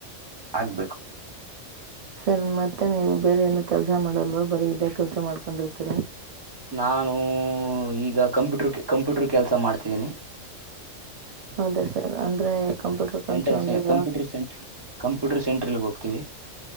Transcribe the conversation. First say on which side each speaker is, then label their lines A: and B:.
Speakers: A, on the right; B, on the right.
A: ಹಾಕ್ಬೇಕು.
B: ಸರ್ ಮತ್ತೆ ನೀವು ಬೇರೆ ಏನು ಕೆಲ್ಸ ಮಾಡಲ್ವ ಬರೀ ಇದೇ ಕೆಲ್ಸ ಮಾಡ್ಕಂಡಿರ್ತೀರ.
A: ನಾನು ಈಗ ಕಂಪ್ಯೂಟರ್ ಕೇ ಕಂಪ್ಯೂಟರ್ ಕೆಲ್ಸ ಮಾಡ್ತಿದ್ದೀನಿ.
B: ಹೌದ ಸರ್ ಅಂದ್ರೆ. ಕಂಪ್ಯೂಟರ್ ಕಲ್ಸು
A: ಸೆಂಟರ್
B: ಅಂದ್ರೆ
A: ಕಂಪ್ಯೂಟರ್
B: ಯಾವ
A: ಸೆಂಟರ ಕಂಪ್ಯೂಟರ್ ಸೆಂಟ್ರ್ ಇರ್ಬಕು ಕಂಪ್ಯೂಟರ್. ತ್ತವೆ.